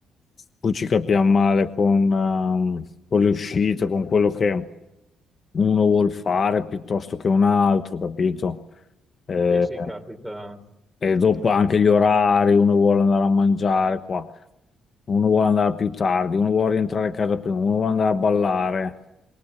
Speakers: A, on the left (about 45°); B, in the centre.
A: poi ci capiamo male con, ehm, con le uscite, con quello che uno vuol fare piuttosto che un altro, capito? Eh,
B: Sì, sì, capita,
A: e dopo anche gli orari, uno vuole andare a mangiare qua, uno vuole andare più tardi, uno vuole rientrare a casa prima, uno vuole andare a ballare.